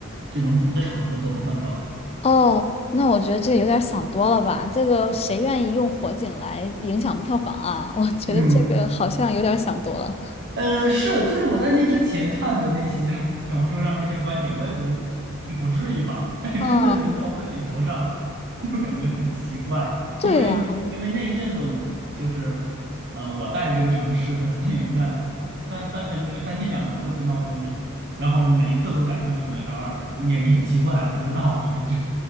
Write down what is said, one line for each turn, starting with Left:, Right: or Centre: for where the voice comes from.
Right: 这种补的场次都不算票房。
Left: 哦，那我觉得这有点想多了吧？这个谁愿意用火警来影响票房啊？<laughs> 我觉得这个好像有点想多了。
Right: 嗯，呃，是的，就是我在那之前看的那些 <laughs> 小红书上那些观点，我也觉得不至于吧，<laughs> 但是真的轮到自己头上，
Left: 嗯，
Right: <laughs> 就感觉很奇怪，
Left: 对呀。
Right: 因为因为那一阵子我就是，呃，我在这个城市的电影院三三呃那个三天两头的就闹火警，然后每一次都赶上有那张儿，也也很奇怪啊，不知道这这，